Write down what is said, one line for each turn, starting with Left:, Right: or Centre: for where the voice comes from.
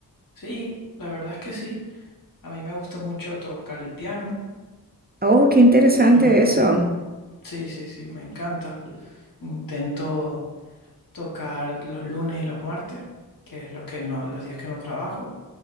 Left: Sí, la verdad es que sí. A mí me gusta mucho tocar el piano.
Right: Oh, qué interesante
Left: Ujú.
Right: eso.
Left: Sí, sí, sí, me encanta. Intento tocar los lunes y los martes, que es lo que no, los días que no trabajo.